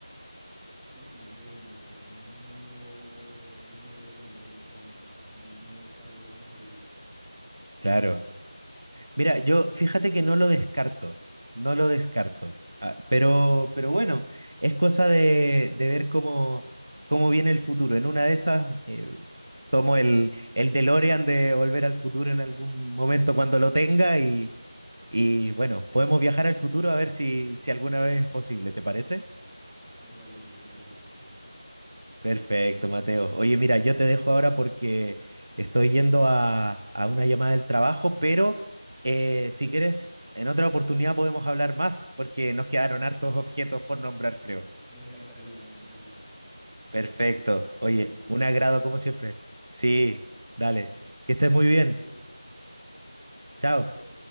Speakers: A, in the centre; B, on the right.
A: uf, no sé, inventar un nuevo, un nuevo elemento, no sé, una nue- un nuevo estado de la materia.
B: Claro. Mira, yo fíjate que no lo descarto, no lo descarto. Ah, pero, pero bueno, es cosa de, de ver cómo, cómo viene el futuro. En una de esas, eh, tomo el, el DeLorean de Volver al Futuro en algún momento cuando lo tenga y, y bueno, podemos viajar al futuro a ver si, si alguna vez es posible, ¿te parece?
A: Me parece, me parece, me parece.
B: Perfecto, Mateo. Oye, mira, yo te dejo ahora porque estoy yendo a, a una llamada del trabajo, pero eh, si quieres, en otra oportunidad podemos hablar más porque nos quedaron hartos objetos por nombrar, creo.
A: Me encantaría, me encantaría.
B: Perfecto. Oye,
A: Podemos hablar
B: un agrado
A: después.
B: como siempre. Sí, dale. Que estés muy
A: Igualmente,
B: bien. Chao.
A: chao.